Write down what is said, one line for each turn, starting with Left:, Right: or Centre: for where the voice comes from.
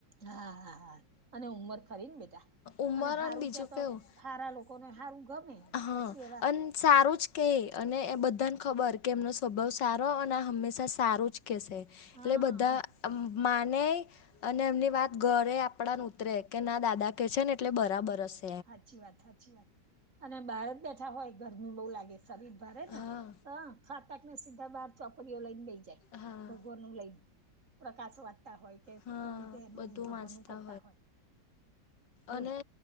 Right: હા. હા, હા. અને ઉંમર ખરીન બેટા.
Left: ઉંમર
Right: અને હારું
Left: બીજું
Right: કેતો
Left: કેવું
Right: હારા લોકોને હારું ગમે.
Left: હા.
Right: પછી એવા
Left: અન સારું જ કેઈ. અને એ બધાન ખબર કે એમનો સ્વભાવ સારો અને હંમેશા સારું જ કહેશે.
Right: હા
Left: એટલે બધા આમ માનેઈ અને એમની વાત ગળે આપણાન ઉતરે કે, ના દાદા કેસે ને એટલે બરાબર હશ
Right: હાચી વાત-હાચી વાત. અને બહાર જ બેઠા હોય, ગરમી બહુ લાગે, શરીર બળેને
Left: હા
Right: તો <unintelligible> ને સીધા બહાર ચોપડીઓ લઈન બેઈ જાય.
Left: હા
Right: ભગવાનનું લઈન. પ્રકાશ વાંચતા હોય કે
Left: હા
Right: ગમે તે એનું
Left: બધું
Right: ભગવાનનું
Left: વાંચતા
Right: કરતા હોય. બોલ
Left: અને